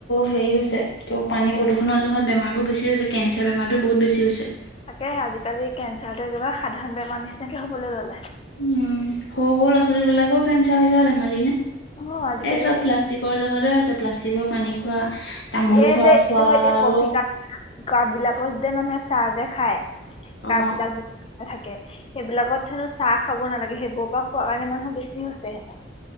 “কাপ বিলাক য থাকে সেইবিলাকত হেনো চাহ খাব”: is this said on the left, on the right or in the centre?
Left